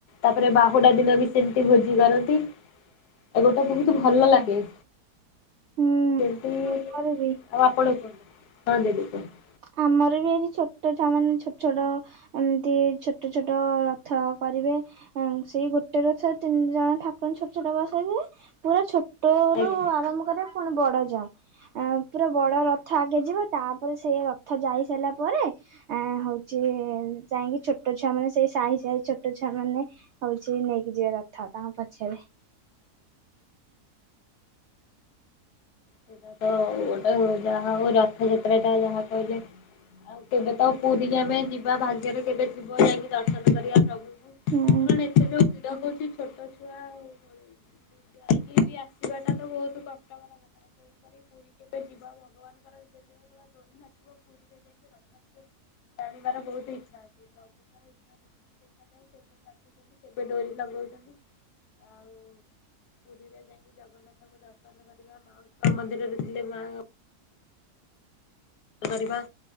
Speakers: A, on the left; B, on the right.
A: ତାପରେ ବାହୁଡା ଦିନ ବି ସେମିତି ଭୋଜି କରନ୍ତି। ଏଗୋଟା ବହୁତ ଭଲ ଲାଗେ।
B: ହୁଁ
A: ସେମତି ଆଉ
B: ଆମର ବି
A: ଆପଣ କୁହନ୍ତୁ ହଁ ଦିଦି କୁହନ୍ତୁ।
B: ଆମର ବି ଏଠି ଛୋଟ ଛୁଆମାନେ ଛୋଟ ଛୋଟ ଏମିତି ଛୋଟ ଛୋଟ ରଥ କରିବେ। ସେଇ ଗୋଟେ ରଥ ତିନି ଜଣ ଠାକୁର ଛୋଟ ଛୋଟ ବସେଇ ଦେବେ ପୁରା ଛୋଟ
A: ଆଜ୍ଞା।
B: ମୁଁ କ <unintelligible> ପୁଣି ବଡ ଯାଏଁ ପୁରା ବଡ ରଥ ଆଗେ ଯିବ ତାପରେ ସେଇ ରଥ ଯାଇସାରିଲା ପରେ ଆ ହଉଛି ଯାଇକି ଛୋଟ ଛୁଆମାନେ ସେଇ ସାହି ସାହି ଛୋଟ ଛୁଆମାନେ ହଉଛି ନେଇକି ଯିବେ ରଥ, ତାଙ୍କ ପଛରେ।
A: ସେଟା ତ ଗୋଟେ ଯାହା ହଉ, ରଥଯାତ୍ରାଟା ଯାହା କହିଲେ ଆଉ କେବେ ତ ପୁରୀ ଆମେ ଯିବା, ଭାଗ୍ୟରେ କେବେ ଥିବ, ଯାଇକି ଦର୍ଶନ କରିବା ପ୍ରଭୁଙ୍କୁ।
B: ହଁ।
A: କଣ ଏତେ ଯୋଉ ଭିଡ ହଉଛି, ଛୋଟ ଛୁଆ ଆଉ କଣ, ଯାଇକି ବି ଆସିବାଟା ତ ବହୁତ କଷ୍ଟକର କଥା। ତେଣୁକରି ପୁରୀ କେବେ ଯିବା, ଭଗବାନଙ୍କର ଯେତେବେଳେ ଡୋରି ଲାଗିବ ପୁରୀରେ ରଥ ଟିକେ ଟାଣିବାର ବହୁତ ଇଛା ଅଛି, ପ୍ରଭୁଙ୍କର ଇ ଦେଖାଯାଉ କେବେ ଡାକୁଚନ୍ତି, କେବେ ଡୋରି ଲଗାଉଛନ୍ତି। ଆଉ ପୁରୀରେ ଯାଇକି ଜଗନ୍ନାଥଙ୍କୁ ଦର୍ଶନ କୀର୍ତ୍ତନ କରିବା, ମାଉସୀ ମା ମନ୍ଦିରରେ ଥିଲେ ମା କରିବା,